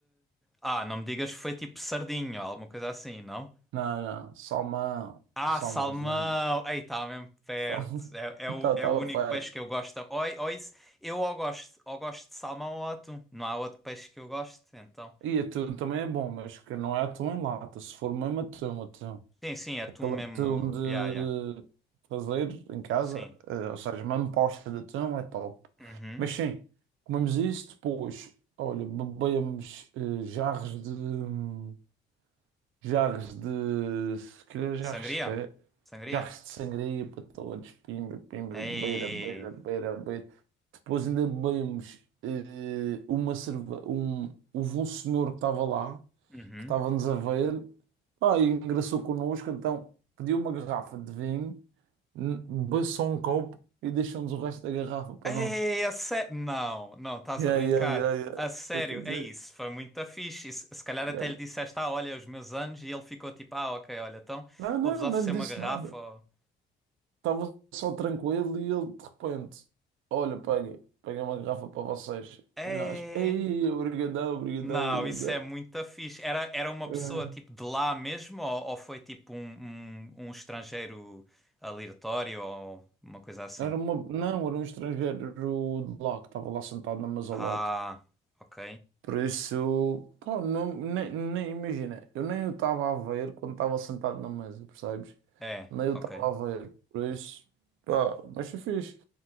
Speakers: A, in the centre; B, on the right (about 85°).
A: Ah, não me digas que foi tipo sardinho, alguma coisa assim, não?
B: Não, não, salmão,
A: Ah,
B: salmãozinho,
A: salmão! Ei, está mesmo perto.
B: salmão.
A: É, é
B: Estava
A: o, é o único
B: <laughs> perto.
A: peixe que eu gosto. Ou, ou isso, eu ou gosto, ou gosto de salmão ou atum. Não há outro peixe que eu goste, então.
B: E atum também é bom, mas que não é atum em lata. Se for mesmo atum, atum.
A: Sim, sim, atum
B: Aquele
A: mesmo.
B: atum de
A: Ya, ya.
B: fazer em casa,
A: Sim.
B: eh, ou seja, uma amposta de atum é top.
A: Uhum.
B: Mas sim, comemos isso, depois, olha, bebemos eh, jarros de. hum, Jarros de. Se calhar jarros
A: Sangria?
B: de quê?
A: Sangria?
B: Jarros de sangria para todos. Pimba, pimba,
A: Ei.
B: beira, beira, beira, beira. Depois ainda bebemos eh, uma cerve... um... Houve um senhor que estava lá,
A: Uhum.
B: que estava-nos a ver, pá, e engraçou connosco, então pediu uma garrafa de vinho, n- bebeu só um copo e deixou-nos o resto da garrafa para
A: Ei,
B: nós.
A: a sério. Não, não, estás
B: Yeah,
A: a brincar.
B: yeah, yeah, yeah.
A: A sério,
B: Estou a dizer.
A: é isso. Foi muito fixe. E Se se calhar até
B: Yeah.
A: lhe disseste, ah, olha, é os meus anos, e ele ficou tipo, ah, ok, olha, então
B: Não, não,
A: vou-vos oferecer
B: não lhe
A: uma
B: disse
A: garrafa.
B: nada.
A: ou-
B: Estava só tranquilo e ele de repente, olha, paguei, paguei uma garrafa para vocês.
A: é.
B: E nós, ei, obrigadão, obrigadão,
A: Não,
B: obrigadão.
A: isso é muito fixe. Era, era uma
B: É.
A: pessoa tipo de lá mesmo ou, ou foi tipo um, um, um estrangeiro aleatório ou uma coisa assim?
B: Era uma, não, era um estrangeiro de lá que estava lá sentado na mesa
A: Ah,
B: ao lado.
A: ok.
B: Por isso, pá, não, nem, nem imagina, eu nem o estava a ver quando estava sentado na mesa, percebes?
A: É,
B: Nem eu
A: ok.
B: estava a ver, por isso, pá, mas foi fixe.